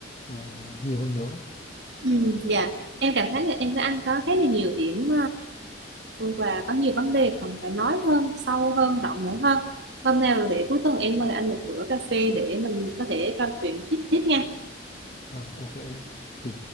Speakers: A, on the left; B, on the right.
A: và nhiều hơn nữa
B: Ừ, dạ em cảm thấy là em với anh có khá là nhiều điểm ờ, và có nhiều vấn đề cần phải nói hơn sâu hơn rộng nữa hơn hôm nào để cuối tuần em mời anh một bữa cà phê để mình có thể trò chuyện tiếp tiếp nha
A: Ờ, ok em ừ.